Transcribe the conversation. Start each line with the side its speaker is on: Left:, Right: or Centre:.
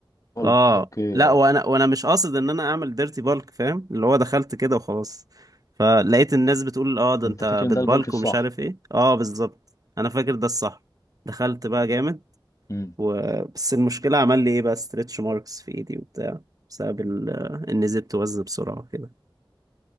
Left: بولك
Right: اه
Left: اوكي
Right: لا
Left: اه
Right: وانا وانا مش قاصد ان انا اعمل ديرتي بالك فاهم اللي هو دخلت كده وخلاص فلقيت الناس بتقول اه ده
Left: انت
Right: انت
Left: فاكر ان
Right: بتبالك
Left: ده البولك الصح
Right: ومش عارف ايه اه بالظبط انا فاكر ده الصح دخلت بقى جامد
Left: امم
Right: و... بس المشكلة عمل لي ايه بقى ستريتش ماركس في ايدي وبتاع بسبب ال... ان زدت وزن بسرعة كده